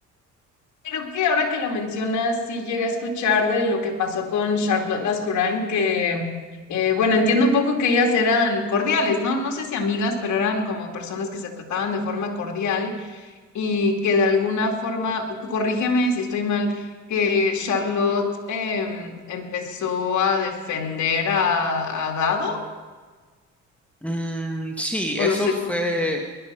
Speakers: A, on the left; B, in the centre.
A: Creo que ahora que lo mencionas, sí llega a escuchar de lo que pasó con Charlotte Lascurain, que, eh, bueno, entiendo un poco que ellas eran cordiales, ¿no? No sé si amigas, pero eran como personas que se trataban de forma cordial y que de alguna forma, tú corrígeme si estoy mal, que Charlotte em, empezó a defender a, a Dado,
B: Mm, sí,
A: o
B: eso
A: lo estoy
B: fue.
A: confundiendo.